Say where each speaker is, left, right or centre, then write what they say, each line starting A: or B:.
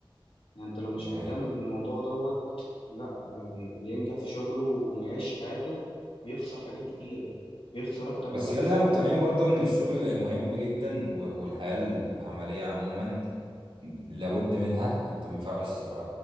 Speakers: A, on the left (about 85°); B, on the right (about 70°).
A: يعني انت لو مش
B: ده
A: مهتم
B: حقيقة
A: بالموضوع دوت لا يعني اللي ينجح في شغله وما يعيش حياته بيخسر حاجات كتيره بيخسر اكتر
B: بس
A: ما بيكسب
B: خلينا مقتنعين برضه إن الشغل مهم جدا و- والحياة العملية عموما لابد منها انت ما ينفعش تبقى